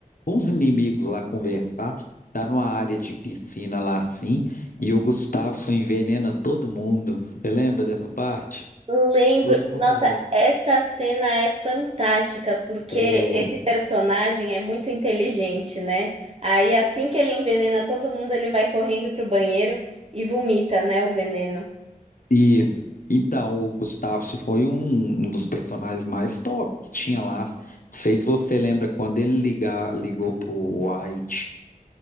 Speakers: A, on the left; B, on the right.
A: uns inimigos lá conversar, tá numa área de piscina lá assim, e o Gustafsson envenena todo mundo. Você lembra dessa parte?
B: Lembro,
A: Todo mundo
B: nossa,
A: morre.
B: essa cena é fantástica porque
A: É.
B: esse personagem é muito inteligente, né? Aí assim que ele envenena todo mundo, ele vai correndo pro banheiro e vomita, né, o veneno.
A: E então, o Gustafsson foi um, um dos personagens mais top que tinha lá. Não sei se você lembra quando ele ligar, ligou pro White.